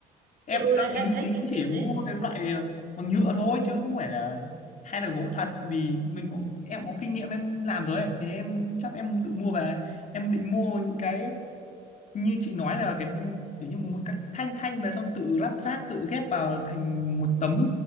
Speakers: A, on the left (about 45°); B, on the right (about 60°).
A: em
B: ừ, ừ
A: đang
B: đấy, đấy
A: tính
B: đấy
A: tính
B: kiểu
A: chỉ
B: kiểu
A: mua
B: thế
A: cái loại ờ, bằng nhựa thôi chứ không phải là hay là gỗ thật vì mình có em có kinh nghiệm em làm rồi ấy. thì em chắc em tự mua về em định mua những cái như chị nói là cái kiểu như một cách thanh thanh là xong tự lắp ráp tự ghép vào thành một tấm